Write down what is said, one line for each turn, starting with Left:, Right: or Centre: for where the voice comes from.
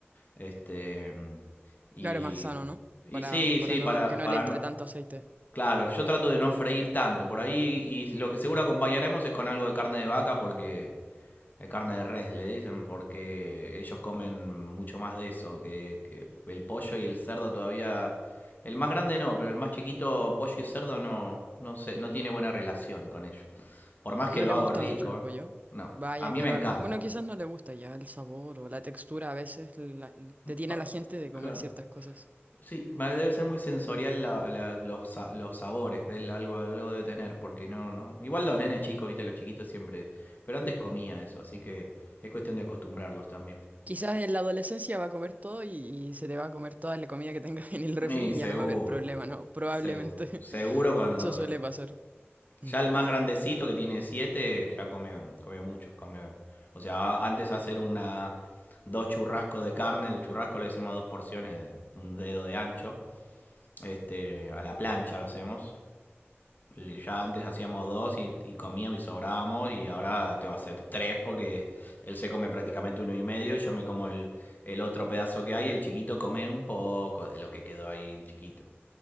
Left: Este, y,
Right: Claro, más sano, ¿no?
Left: y
Right: Para,
Left: sí,
Right: para
Left: sí,
Right: no,
Left: para,
Right: que no
Left: para
Right: le entre
Left: no...
Right: tanto aceite.
Left: Claro, yo trato de no freír tanto por ahí y lo que seguro acompañaremos es con algo de carne de vaca porque Eh, carne de res le dicen porque ellos comen mucho más de eso, que, que el pollo y el cerdo todavía... El más grande no, pero el más chiquito, pollo y cerdo, no, no sé, no tiene buena relación con ellos. Por más
Right: No
Left: que lo
Right: le
Left: hago
Right: gusta
Left: rico,
Right: mucho el
Left: ¿eh?
Right: pollo.
Left: no.
Right: Vaya,
Left: A mí
Right: qué
Left: me
Right: raro.
Left: encanta.
Right: Bueno, quizás no le gusta ya el sabor o la textura. A veces la- detiene
Left: Pa-
Right: a la gente de
Left: claro.
Right: comer ciertas cosas.
Left: Sí, ma- debe ser muy sensorial la- la- los, sa- los sabores, pero él algo, algo debe tener, porque no, no. Igual los nenes chicos, viste, los chiquitos siempre. Pero antes comía eso, así que es cuestión de acostumbrarlos también.
Right: Quizás en la adolescencia va a comer todo y, y se te va a comer toda la comida que tengas <laughs> en el refri
Left: Y seguro.
Right: y ya no va a haber problema, ¿no? Probablemente.
Left: Seguro. Seguro
Right: <laughs>
Left: cuando.
Right: Eso suele
Left: eh,
Right: pasar. Ujú.
Left: Ya el más grandecito que tiene siete, ya come, come mucho. Come, o sea, antes hacer una dos churrascos de carne, el churrasco le decimos dos porciones de un dedo de ancho. Este, a la plancha lo hacemos. Y Ya antes hacíamos dos y, y comíamos y sobrábamos y ahora te va a hacer tres porque él se come prácticamente uno y medio, yo me como el, el otro pedazo que hay, y el chiquito come un poco de lo que quedó ahí chiquito.